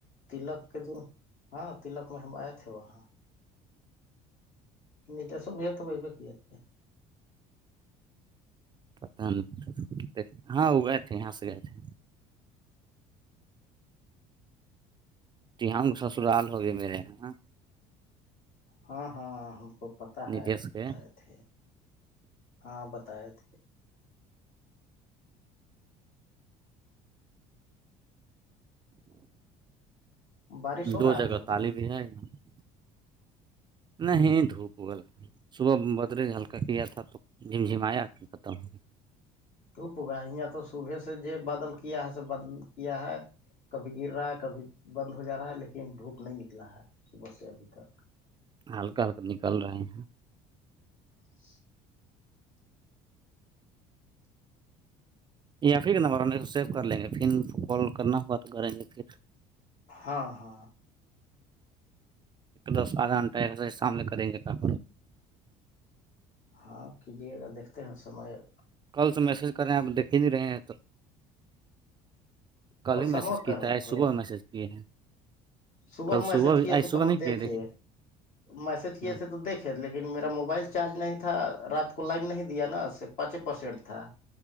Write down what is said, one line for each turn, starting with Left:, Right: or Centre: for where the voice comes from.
Left: تلک کے دن ہاں تلک میں ہم آئے تھے وہاں- ند س ب یہ تو پئیب کی اے-
Right: پتاہ نہیں ہاں وہ گئے تھے یہاں سے گئے تھے- ت ہ سسرال ہو گئے میرےاں-
Left: ہاں- ہاں ہم کو پت ہے
Right: نتیش
Left: بتائے
Right: کے
Left: تھے ہاں بتائے تھے- بارش ہو
Right: دو
Left: رہا ادھرج-
Right: <unintelligible> نہیں دھوپ ہولا ہے صبح بدریےج ہلکا کیا تھا تو جھمجھم آیا پھر ختم ہو-
Left: روپ گا یہاں تو صبح سے ج بدل کیا ہے س بدل کیا ہے- کبھی گر رہا ہے کبھی بند ہو جا رہا ہے لیکن دھوپ نہیں نکلا ہے صبح سے ابھی تک-
Right: ہلکا- ہلکا نکل رہے ہیں-
Left: <unintelligible>
Right: یا پھر کا نمبر آنے کو سیو کر لیں گے پھر کال کرنا ہوگا تو کریں گے پھر-
Left: ہاں- ہاں
Right: دس آدھا گھنٹہ سامنے کریں گے کا-
Left: ہاں کیجیے گا دیکتے ہیں سمے-
Right: کل سے میسج کر رہے ہیں آپ دیکھ ہی نہیں رہے ہیں تو- کل ہی
Left: سموک
Right: میسج کی
Left: کر
Right: تھا
Left: رہے
Right: ہے
Left: تھے
Right: صبح میں میسج کیے ہیں-
Left: صبح
Right: کل
Left: میسج
Right: بھی
Left: کیے
Right: آج
Left: تھے
Right: صبح
Left: تو ہم
Right: نہیں کیے
Left: دیکھے
Right: دیکھیے
Left: میسج کیے
Right: ہ
Left: تھے تو دیکھے- لیکن میرا موبائل چارج نہیں تھا رات کو لائیو نہیں دیا نا صرف پانچ پرسنٹ تھا-